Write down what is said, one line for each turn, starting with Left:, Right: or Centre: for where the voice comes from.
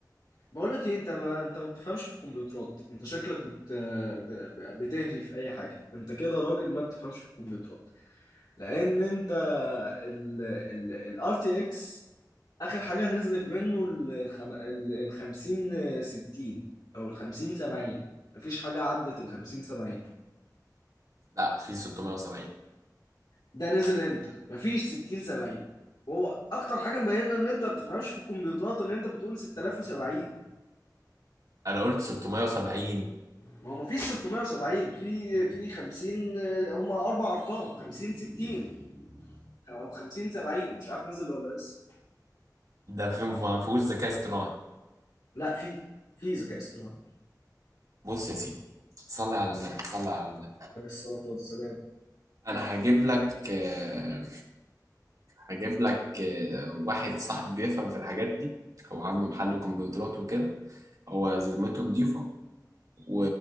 Left: بقول لك ايه انت ما انت ما بتفهمش في الكمبيوترات انت شكلك بت ب- ب- بتهري في اي حاجة انت كده راجل ما بتفهمش في الكمبيوترات لان انت ال ال الار تي اكس اخر حاجه نزلت منه ال الخم- ال- ال 50 60 او ال 50 70 مفيش حاجه عدت ال 50 70
Right: لا في 670
Left: ده نزل امتى مفيش 60 70 هو اكتر حاجه مبينه ان انت ما بتفهمش في الكمبيوترات ان انت بتقول 6070
Right: انا قلت 670
Left: ما هو مفيش 670 في في 50 آه، هما اربع ارقام 50 60 او 50 70 مش عارف نزل ولا لسه
Right: ده في ما فيهوش ذكاء اصطناعي
Left: لا في في ذكاء اصطناعي
Right: بص يا سيدي صلي على النبي صلي على النبي
Left: عليه الصلاه والسلام
Right: انا هجيب لك آه، هجيب لك آه، واحد صاحبي بيفهم في الحاجات دي هو عنده محل كمبيوترات وكده هو ذمته نضيفة و...